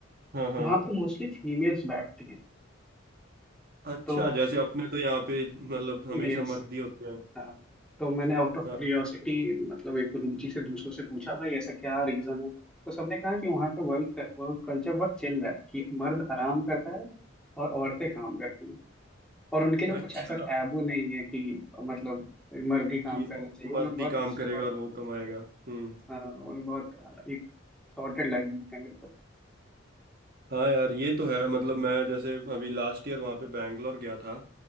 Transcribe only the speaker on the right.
हाँ हाँ
अच्छा
जैसे अपने तो यहाँ पे मतलब हमेशा
मर्दी होते हैं
हाँ
अच्छा
कि
ओ-
मर्द
ही काम
करेगा और वो कमाएगा हम्म
हाँ यार ये तो है मतलब मैं जैसे अभी लास्ट ईयर वहाँ पे बैंगलोर गया था